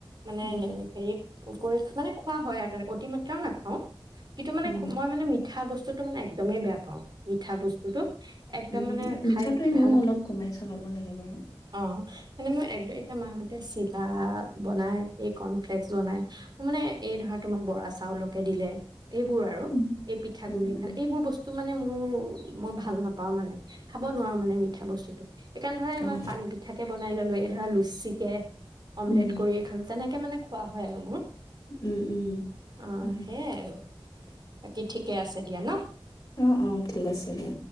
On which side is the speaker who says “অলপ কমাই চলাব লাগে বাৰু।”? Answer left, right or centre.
Left